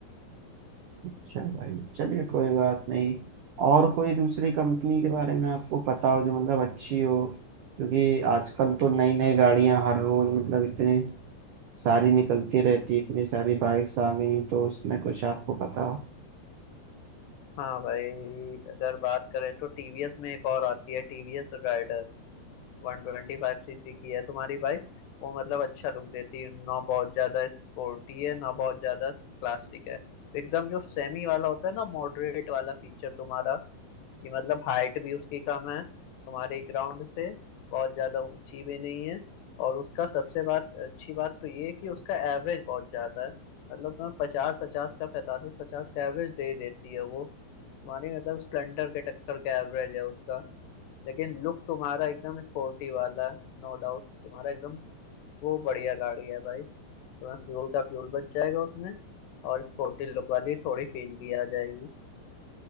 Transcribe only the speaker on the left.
हाँ भाई अगर बात करें तो टीवीएस में एक और आती है टीवीएस राइडर वन ट्वेंटी फाइव सीसी की है तुम्हारी बाइक वो मतलब अच्छा लुक देती है ना बहुत ज्यादा स्पोर्टी है ना बहुत ज्यादा क्लासिक है एकदम जो सेमी वाला होता है ना मॉडरेट वाला फीचर तुम्हारा कि मतलब हाइट भी उसकी कम है तुम्हारे ग्राउंड से बहुत ज्यादा ऊंची भी नहीं है और उसका सबसे बात अच्छी बात तो ये है कि उसका एवरेज बहुत ज्यादा है मतलब तुम्हें पचास पचास का पैंतालीस पचास का एवरेज दे देती है वो तुम्हारी मतलब स्प्लेंडर के टक्कर का एवरेज है उसका लेकिन लुक तुम्हारा एकदम स्पोर्टी वाला है नो डाउट तुम्हारा एकदम वो बढ़िया गाड़ी है भाई तुम्हें फ्यूल का फ्यूल बच जाएगा उसमें और स्पोर्टी लुक वाली थोड़ी फील भी आ जाएगी